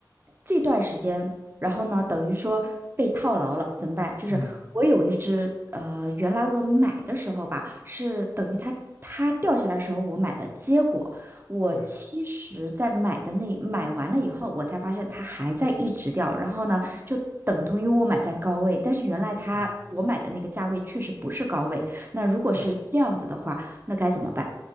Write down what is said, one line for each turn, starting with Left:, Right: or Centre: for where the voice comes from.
Right: 这段时间，然后呢，等于说被套牢了，怎么办？就是我有一只呃，
Left: 嗯，
Right: 原来我买的时候吧，是等于它它掉下来的时候我买的，结果我其实在买的那买完了以后，
Left: 对，
Right: 我才发现它还在一直掉，然后呢，就等同于我买在高位，但是原来它我买的那个价位确实不是高位，
Left: 嗯，
Right: 那如果是这样子的话，
Left: 对，
Right: 那该怎么办？